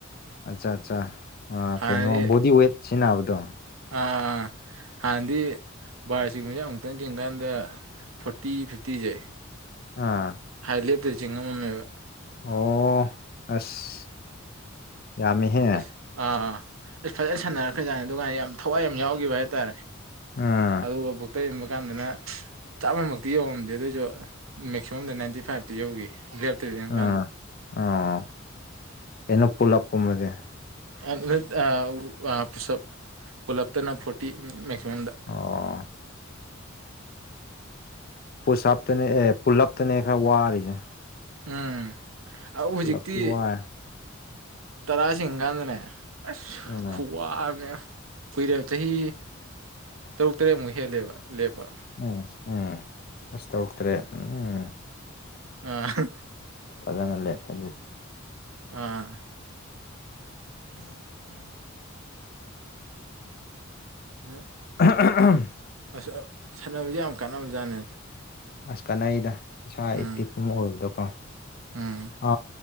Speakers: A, on the left; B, on the right.
A: ꯑꯆꯥ ꯆꯥ ꯑꯥ
B: ꯍꯥꯟꯅꯗꯤ
A: ꯀꯩꯅꯣ ꯕꯣꯗꯤ ꯋꯦꯠ ꯁꯦꯅꯥꯕꯗꯣ
B: ꯑꯥ ꯑꯥ ꯍꯥꯟꯅꯗꯤ ꯕꯥꯔ ꯆꯤꯡꯕꯖꯦ ꯑꯃꯨꯛꯇꯪ ꯆꯤꯡꯉ ꯀꯥꯟꯗ ꯐꯣꯔꯇꯤ ꯐꯤꯐꯇꯤꯖꯦ
A: ꯑꯥ
B: ꯍꯥꯟꯅꯗꯤ ꯂꯦꯞꯇꯕꯤ ꯆꯤꯡꯕ ꯉꯝꯃꯝꯃꯦꯕ
A: ꯑꯣ ꯑꯁ ꯌꯥꯝꯃꯦꯍꯦ
B: ꯑꯁ ꯑꯥ ꯏꯁ ꯐꯥꯖꯅ ꯁꯥꯟꯅꯔꯛ ꯈ꯭ꯔꯖꯥꯠꯅꯤ ꯑꯗꯨꯀꯥꯟ ꯌꯥꯝ ꯊꯋꯥꯏ ꯌꯥꯝ ꯌꯥꯎꯒꯤꯕ ꯍꯥꯏ ꯇꯥꯔꯦ
A: ꯑꯥ
B: ꯑꯗꯨꯒ ꯕꯨꯛꯇꯔ ꯏꯟꯕ ꯀꯥꯟꯗꯅ ꯆꯥꯝꯃꯃꯛꯇꯤ ꯌꯧꯉꯝꯗꯦ ꯑꯗꯨꯑꯣꯏꯖꯨ ꯃꯦꯛꯁꯤꯃꯝꯗ ꯅꯥꯏꯟꯇꯤ ꯐꯥꯏꯚꯇꯤ ꯌꯧꯒꯤ ꯂꯦꯞꯇꯕꯤ ꯌꯦꯡꯀꯥꯟꯗ
A: ꯑꯥ ꯑꯣ ꯀꯩꯅꯣ ꯄꯨꯂꯞꯀꯨꯝꯕꯗꯤ
B: <unintelligible> ꯄꯨꯂꯞꯇꯅ ꯐꯣꯔꯇꯤ ꯃꯦꯛꯁꯤꯃꯝꯗ
A: ꯑꯣ ꯄꯨꯁ ꯑꯞꯇꯅꯦ ꯑꯦ ꯄꯨꯜꯂꯞꯇꯅꯦ ꯈꯔ ꯋꯥꯔꯤꯁꯦ
B: ꯎꯝ ꯑꯧ ꯍꯧꯖꯤꯛꯇꯤ
A: ꯄꯨꯂꯞꯇꯤ ꯋꯥꯔꯦ
B: ꯇꯔꯥ ꯆꯤꯡ ꯒꯥꯥꯟꯗꯅꯦ ꯑꯁ
A: ꯎꯝ
B: ꯈꯨꯨꯋꯥ ꯑꯝꯅꯦ ꯀꯨꯏꯔꯦꯕ ꯆꯍꯤ ꯇꯔꯨꯛ ꯇꯔꯦꯠꯃꯨꯛ ꯍꯦꯜꯂꯦꯕ ꯂꯦꯞꯄ
A: ꯎꯝ ꯎꯝ ꯑꯁ ꯇꯔꯨꯛ ꯇꯔꯦꯠ ꯎꯝ
B: ꯑ <unintelligible>
A: ꯐꯥꯖꯅ ꯂꯩꯞ <unintelligible>
B: ꯑꯥ <unintelligible> <inaudible> <unintelligible>
A: ꯑꯍ ꯍ ꯑꯍꯝ
B: ꯑꯁ ꯁꯥꯟꯅꯕꯁꯦ ꯌꯥꯝ ꯀꯥꯟꯅꯕꯖꯥꯠꯅꯦ
A: ꯑꯁ ꯀꯥꯟꯅꯩꯗ ꯏꯁꯥ ꯑꯦꯛꯇꯤꯚ
B: ꯎꯝ
A: ꯑꯃ ꯑꯣꯏꯕꯗꯣꯀꯣ
B: ꯎꯝ
A: ꯑ